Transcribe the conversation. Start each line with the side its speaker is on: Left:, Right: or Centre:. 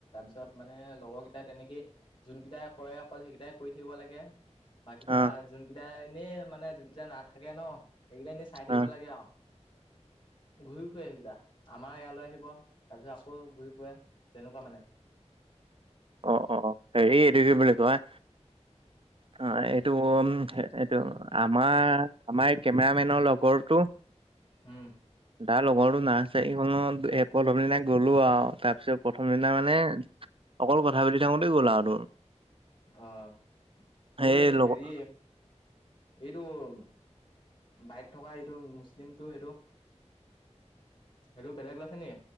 Left: তাত মানে লগৰ কেইটাই তেনেকেই, যোনকেইটাই কৰে অকল সেইকেইটাই কৰি থাকিব লাগে। বাকিটা
Right: অ
Left: যোন কেইটা এনেই মানে যোন কেইটা নাথাকে ন', সেইকেইটা এনেই চাই থাকিব
Right: অ
Left: লাগে আৰু। ঘূৰি ফুৰে সেইকেইটা। আমাৰ ইয়ালৈ আহিব, তাৰপিছত আকৌ ঘূৰি ফুৰে তেনেকুৱা মানে।
Right: অ', অ', অ', হেৰি এইটো কি বুলি কয়
Left: <inaudible>
Right: অ', এইটো-এইটো আমাৰ-আমাৰ এই কেমেৰামেনৰ লগৰো
Left: উম
Right: তাৰ লগৰটো নাৰ্চাৰীখনত এ প্ৰথম দিনা গ'লো আৰু তাৰপিছত প্ৰথম দিনা মানে অকল কথা পাতি থাকোতে গ'ল আওঁ তোৰ?
Left: অহ
Right: সেই
Left: এই
Right: লগৰ
Left: হেৰি এইটো- বাইক থকা এইটো মুছলিমটো সেইটো সেইটো বেলেগ লছে নি?